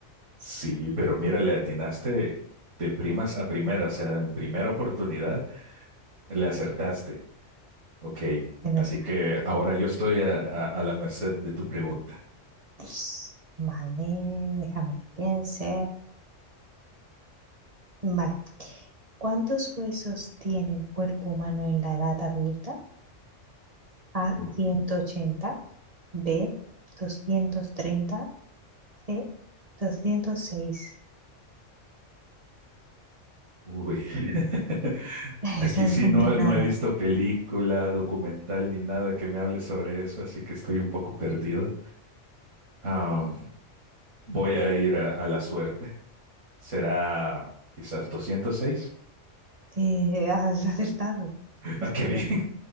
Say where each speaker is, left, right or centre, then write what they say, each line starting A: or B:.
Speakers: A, on the right (about 75°); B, on the right (about 40°).
A: sí, pero mira, le atinaste de primas a primeras, o sea, en primera oportunidad Le acertaste. Ok.
B: en
A: Así
B: España.
A: que ahora yo estoy a, a- a la merced de tu pregunta.
B: Pues, Vale, déjame que piense. Vale. ¿Cuántos huesos tiene el cuerpo humano en la edad adulta? A,
A: U-
B: 180. B, 230. C, 206.
A: Uy. <laughs>
B: <laughs> Esa
A: Aquí sí
B: es complicada.
A: no, no he visto película, documental ni nada que me hable sobre eso, así que estoy un poco perdido. Ah, voy a ir a, a la suerte. Será quizás 206.
B: Eh, has acertado.
A: <laughs>
B: Es
A: Ah, qué
B: correcto.
A: bien.